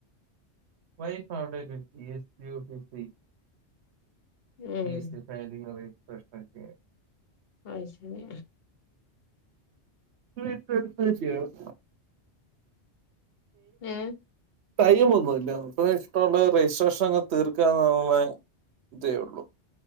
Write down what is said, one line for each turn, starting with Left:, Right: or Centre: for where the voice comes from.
Right: വൈഫ് അവിടൊരു ജി എസ്‌ ടി ഓഫിസി
Left: ഏഹ്
Right: ഈസ് <unintelligible> പ്രശ്നൊക്കെയാ
Left: അയ്ശരി
Right: <unintelligible> ചെയ ഉം
Left: ഏഹ്
Right: ടൈം ഒന്നും ഇല്ല <unintelligible> <unintelligible> രജിസ്ട്രേഷൻ അങ്ങ് തീർക്കാന്ന് തേ ഉള്ളൂ